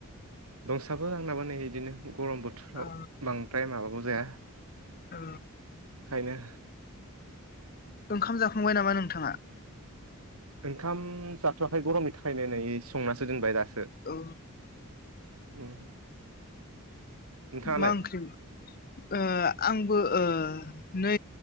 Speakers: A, on the right; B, on the left.
A: दंसाबो आंनाबो नै इदिनो गरम बोथोराव
B: औ
A: बांद्राय माबाबो जाया।
B: औ।
A: ओंखायनो।
B: ओंखाम जाखांबाय नामा नोंथाङा।
A: ओंखाम जाथ'वाखै गरमनि थाखायनो नै संनासो दोनबाय दासो।
B: औ।
A: उम। नोंथाङालाय
B: मा ओंख्रि। ओ आंबो ओ नै